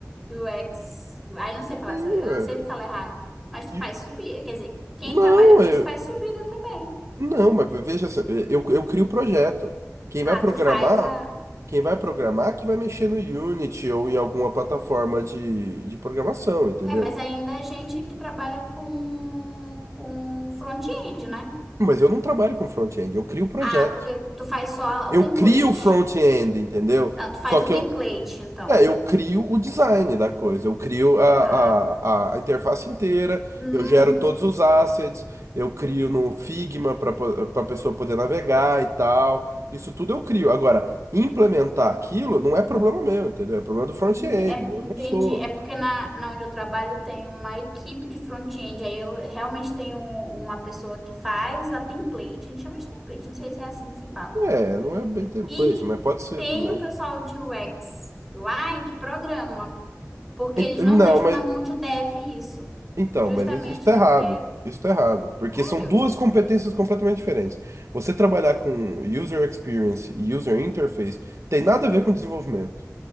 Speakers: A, in the centre; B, on the right.
A: U X, Aí não sei falar,
B: Sim,
A: essa- eu
B: é,
A: sempre falo errado. Mas tu
B: e-
A: faz subir, quer dizer, quem
B: não,
A: trabalha com
B: eu,
A: isso faz subida também.
B: não, mas veja, só, eu, eu crio o projeto. Quem
A: Ah,
B: vai programar,
A: tu faz a.
B: quem vai programar que vai mexer no Unity ou em alguma plataforma de, de programação, entendeu?
A: É, mas ainda é gente que trabalha com, com front-end, né?
B: Mas eu não trabalho com front-end, eu crio o projeto.
A: Ah, porque tu faz só
B: Eu
A: o template.
B: crio o front-end, entendeu?
A: Não, tu faz
B: Só que
A: o template,
B: eu,
A: então.
B: é, eu crio o design da coisa, eu crio a,
A: Ah,
B: a, a interface inteira,
A: hum.
B: eu gero todos os assets, eu crio no Figma para para a pessoa poder navegar e tal. Isso tudo eu crio. Agora, implementar aquilo não é problema meu, entendeu? É problema do front-end.
A: Hum, É,
B: Eu
A: entendi.
B: não sou.
A: É porque na, na onde eu trabalho tem uma equipe de front-end. Aí eu realmente tenho uma pessoa que faz a template. A gente chama de template, não sei se é assim que se fala.
B: É, não é bem template,
A: E
B: mas pode ser
A: tem
B: também.
A: o pessoal de UX, UI, que programa. Porque
B: Ent-
A: eles não
B: Não,
A: deixam
B: mas
A: na mão de dev isso.
B: Então,
A: Justamente
B: mas isso está errado.
A: porque,
B: Isso está errado. Porque
A: sério,
B: são duas competências completamente diferentes. Você trabalhar com user experience e user interface tem nada a ver com desenvolvimento.